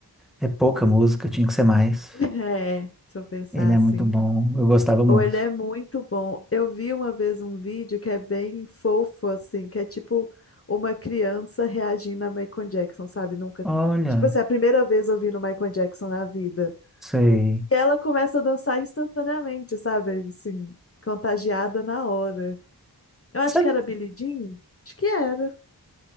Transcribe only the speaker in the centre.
é pouca música, tinha que ser mais.
Ele
é muito bom, eu gostava muito.
Olha,
sei.
Sabe?